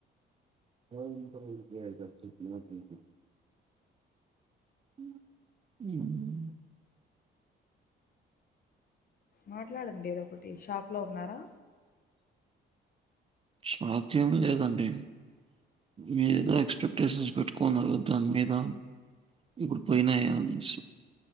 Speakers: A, on the right; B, on the left.
A: <unintelligible> గది చెప్పినాక మీకి ఉమ్మ్
B: మాట్లాడండి ఏదో ఒకటి షాప్‌లో ఉన్నారా
A: షాప్ ఏం లేదండి మీరేదో ఎక్స్పెక్ట్ టేషన్స్ పెట్టుకున్నారు దాని మీద ఇప్పుడు పోయినా అనేసి